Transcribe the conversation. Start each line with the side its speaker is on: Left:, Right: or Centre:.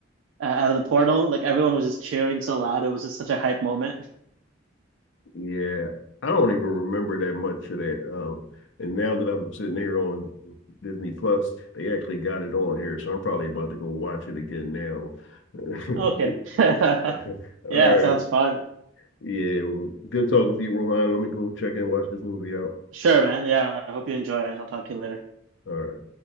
Right: uh, out of the portal, like everyone was just cheering so loud. It was just such a hype moment. <laughs>
Left: Yeah, I don't even remember that much of that. Um, and now that I'm sitting here on Disney Plus, they actually got it on here, so I'm probably about to go watch it again now. <laughs> Good.
Right: Okay. <laughs>
Left: <laughs> All
Right: Yeah,
Left: right.
Right: it sounds fun.
Left: Yeah, well, good talking to you, Rohan. Let me go check and watch this movie out.
Right: Sure, man. Yeah, I hope you enjoy it. I'll talk to you later.
Left: All right.